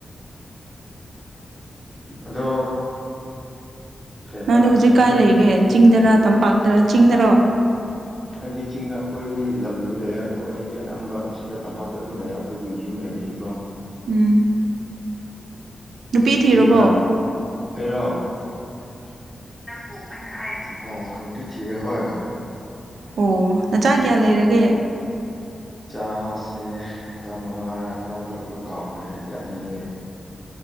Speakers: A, in the centre; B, on the right.
A: ꯑꯗꯣ ꯀꯩꯕ
B: ꯅꯪꯗꯤ ꯍꯧꯖꯤꯛ
A: ꯆꯤꯡꯗꯤ
B: ꯀꯥꯏ ꯂꯩꯒꯦ ꯆꯤꯡꯗꯔ ꯇꯝꯄꯥꯛꯇꯔ ꯆꯤꯡꯗꯔꯣ
A: ꯑꯩꯗꯤ ꯆꯤꯡꯗ ꯑꯩꯈꯣꯏꯒꯤ ꯂꯝꯗꯤ ꯂꯩꯌꯦ ꯑꯗꯣ ꯑꯩꯗꯤ ꯑꯅꯝꯕ ꯁꯤꯗ ꯇꯝꯄꯥꯛꯇ ꯑꯗꯨꯝ ꯂꯩꯌꯦ ꯑꯩꯈꯣꯏꯒꯤ ꯌꯨꯝ ꯂꯩꯕꯒꯤꯀꯣ
B: ꯎꯝ ꯅꯨꯄꯤ ꯊꯤꯔꯕꯣ
A: ꯆꯤꯡꯗꯅ ꯑꯩꯔꯣ ꯅꯪꯕꯨ ꯑꯩꯅ ꯍꯥꯏꯔꯤꯁꯦ ꯑꯥ ꯅꯨꯄꯤ ꯊꯤꯔꯦ ꯍꯣꯏ
B: ꯑꯣ ꯅꯆꯥ ꯀꯌꯥ ꯂꯩꯔꯒꯦ
A: ꯏꯆꯥꯁꯦ ꯇꯔꯥꯃꯉꯥꯔ ꯇꯔꯥ ꯇꯔꯨꯛꯔ ꯀꯥꯎꯈ꯭ꯔꯦꯅꯦ ꯌꯥꯝꯃꯟꯕꯒꯤ